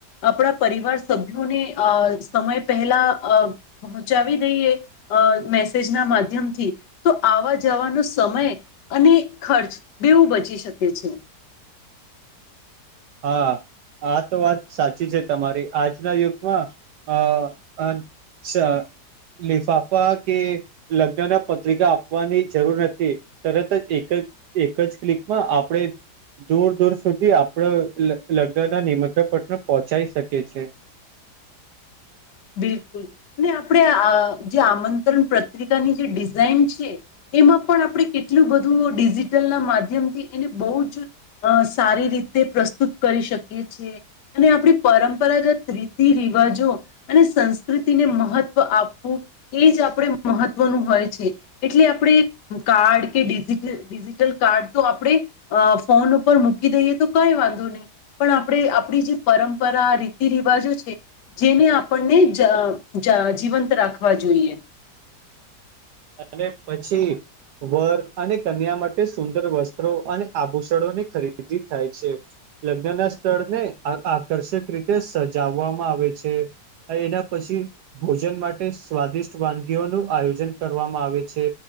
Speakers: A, on the left; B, on the right.
A: આપડા પરિવાર સભ્યોને અ સમય પહેલા અ પહોંચાવી દઈએ અ મેસેજના માધ્યમથી તો આવા જવાનો સમય અને ખર્ચ બેવું બચી શકે છે <inaudible>
B: હા આ તો વાત સાચી છે તમારી આજના યુગમાં અ અં અચ્છા. લિફાફા કે લગ્ન ના પત્રિકા આપવાની જરૂર નથી તરત જ એક જ એક જ ક્લિકમાં આપણે દૂર દૂર સુધી આપડે લગ્ન ના નિમંત્રણ પત્ર પહોંચાઈ શકી છે.
A: બિલકુલ અને આપણે આ જે આમંત્રણ પત્રિકાની જે ડિઝાઇન છે, એમાં પણ આપણે કેટલું બધું ડિજિટલ ના માધ્યમથી એને બહુ જ અ સારી રીતે પ્રસ્તુત કરી શકીએ છીએ અને આપણી પરંપરાગત રીતિ રી બાજુ. અને સંસ્કૃતિને મહત્વ આપવું એ જ આપણે મહત્વનું હોય છે એટલે આપણે કાર્ડ કે ડિજિટલ ડિજિટલ કાર્ડ તો આપણે ફોન ઉપર મૂકી દઈએ તો કઈ વાંધો નહી પણ આપણે આપણી જે પરંપરા રીતિ રિવાજો છે, જેને આપ પણને જ જ જીવંત રાખવા જોઈએ
B: અને પછી વર અને કન્યા માટે સુંદર વસ્ત્રો અને આભૂષણોની ખરીદી થાય છે. લગ્ન ના સ્થળને આકર્ષક રીતે સજાવવામાં આવે છે. એના પછી ભોજન માટે સ્વાદિષ્ટ વાનગીઓ નું આયોજન કરવામાં આવે છે,